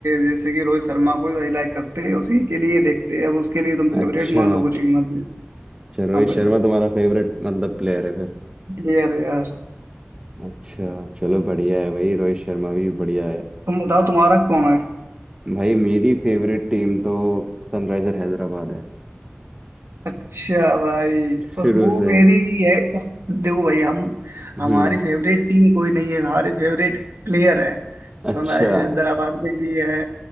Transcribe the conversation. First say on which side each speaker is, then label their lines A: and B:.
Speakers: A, on the right; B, on the right.
A: जैसे कि रोहित शर्मा को ही भाई लाइक करते हैं उसी के लिए देखते हैं अब उसके लिए तुम
B: अच्छा
A: फेवरेट मान लो कुछ भी मान लो
B: चलो रोहित
A: हाँ भाई
B: शर्मा तुम्हारा फेवरेट मतलब प्लेयर है
A: यार यार
B: अच्छा चलो बढ़िया है भाई रोहित शर्मा भी बढ़िया है
A: तुम बताओ तुम्हारा कौन है
B: भाई मेरी फेवरेट टीम तो सनराइजर हैदराबाद है
A: अच्छा भाई और
B: शुरू
A: वो
B: से
A: मेरी भी है बस देखो भाई हम
B: हम्म
A: हमारी फेवरेट टीम कोई नहीं है हमारे फेवरेट प्लेयर है
B: अच्छा
A: सनराइज हैदराबाद में भी है